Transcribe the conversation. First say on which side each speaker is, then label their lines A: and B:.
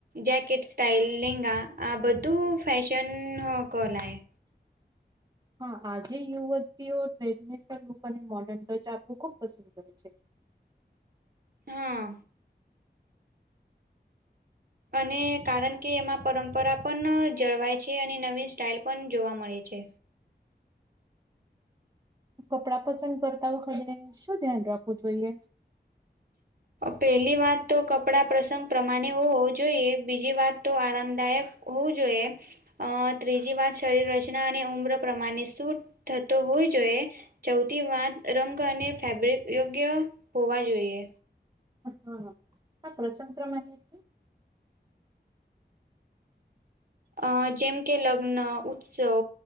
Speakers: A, on the right; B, on the right.
A: jacket styling આ બધું ફેશન કોલાય
B: હા આજે યુવતીઓ ટ્રેડને પણક અને મોડર્ન ડ્રેચ આપવું ખુબ પસંદ કરે છે
A: હા અને કારણ કે એમાં પરંપરા પણ જળવાય છે અને નવી સ્ટાઇલ પણ જોવા મળે છે
B: કપડાં પસંદ કરતા વખતે શું ધ્યાન રાખવું જોઈએ <inaudible>
A: પહેલી વાત તો કપડાં પ્રસંગ પ્રમાણે હોવો જોઈએ બીજી વાત તો આરામદાયક હોવું જોઈએ ત્રીજી વાત શરીર રચના અને ઉમ્ર પ્રમાણે શ થતો હોવી જોઈએ ચૌથી વાત રંગ અને ફેબ્રિક યોગ્ય હોવા જોઈએ
B: હા હા હ કસક્રમથી
A: અ જેમ કે લગ્ન ઉત્સવ